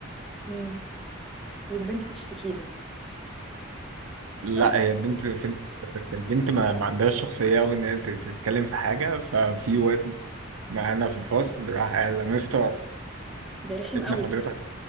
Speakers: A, in the centre; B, on the right.
A: امم والبنت تشتكي له
B: لا
A: صح؟
B: هي البنت في البنت ما, ما عندهاش شخصية أوي إن هي تت- تتكلم في حاجة ففي واد معانا في الفصل راح قال له، مستر
A: ده رخم
B: ابن
A: قوي
B: حضرتك